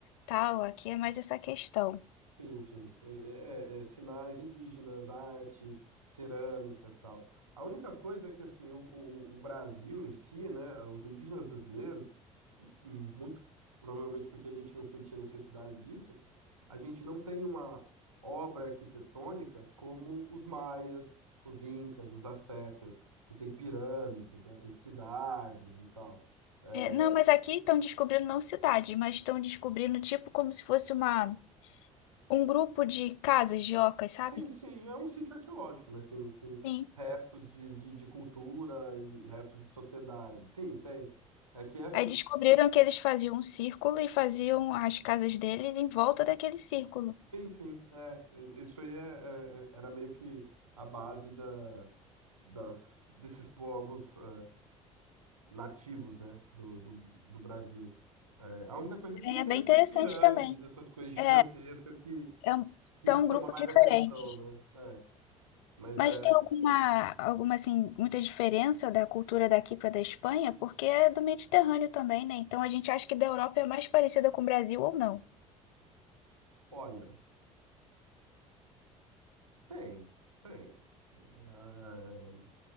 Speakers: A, on the left (about 65°); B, on the right (about 85°).
A: tal, aqui é mais essa questão.
B: Sim, sim. É, é- é é, sinais indígenas, artes, cerâmicas, tal. A única coisa é que assim, o, o, o Brasil em si, né, os indígenas brasileiros, m- muito provavelmente porque a gente não sentia necessidade disso, a gente não tem uma obra arquitetônica como os maias, os incas, os astecas, que tem pirâmides, né, tem cidades e tal. É,
A: É, não, mas aqui estão descobrindo não cidade, mas estão descobrindo tipo como se fosse uma, um grupo de casas de ocas, sabe?
B: Sim, sim, é um sítio arqueológico, né? Com, com
A: Sim.
B: restos de, de, de cultura e restos de sociedade. Sim, tem. É que essas.
A: Aí descobriram que eles faziam um círculo e faziam as casas deles em volta daquele círculo.
B: Sim, sim, é. é, Isso aí é, é- é- era meio que a base da, das, desses povos é, nativos, né? Do, do, do Brasil. É, a única coisa é que
A: Aí
B: não
A: É
B: tem
A: bem
B: essas
A: interessante
B: pirâmides,
A: também.
B: essas coisas gigantescas
A: É,
B: que,
A: é um,
B: que
A: são
B: chama
A: um grupo
B: mais
A: diferente.
B: atenção, né? É. Mas
A: Mas
B: é.
A: tem alguma, alguma assim, muita diferença da cultura daqui para da Espanha? Porque é do Mediterrâneo também, né? Então a gente acha que da Europa é mais parecida com o Brasil ou não?
B: Olha, tem, tem. É,